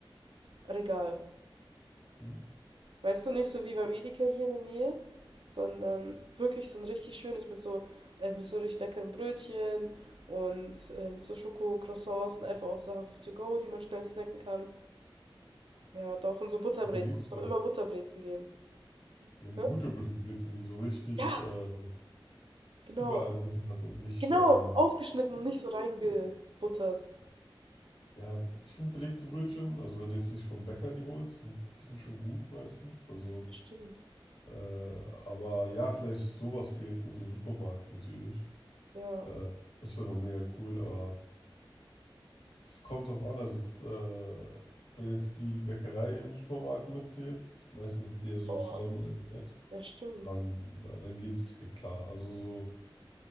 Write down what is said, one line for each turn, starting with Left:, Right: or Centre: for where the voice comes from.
Right: Gebäckregal.
Left: hm.
Right: Weißt du, nicht so wie beim Edeka hier in der Nähe, sondern wirklich so ein richtig schönes mit so, äh, mit so richtig leckeren Brötchen und äh, mit so Schoko-Croissants und einfach auch Sachen für to go, die man schnell snacken kann. Ja, doch, und so Butterbrezen.
Left: Belegte.
Right: Es muss doch immer Butterbrezen geben.
Left: Ja, eine
Right: Ne?
Left: gute Butterbrezel, die so richtig
Right: Ja,
Left: äh,
Right: genau.
Left: überall Butter hat und nicht
Right: Genau,
Left: äh,
Right: aufgeschnitten und nicht so reingebuttert.
Left: Ja, ich finde belegte Brötchen, also wenn du jetzt nicht vom Bäcker die holst, sind, die sind schon gut meistens. Also,
Right: Stimmt.
Left: äh, aber ja, vielleicht sowas fehlt in so einem Supermarkt natürlich.
Right: Ja.
Left: Äh, das wäre noch mega cool, aber kommt drauf an. Also, jetzt, äh, wenn jetzt die Bäckerei im Supermarkt mitzählt, meistens sind die ja so
Right: Boah.
Left: zusammen an einem Ort,
Right: Ja, stimmt.
Left: dann, na, dann geht's ja klar. Also so,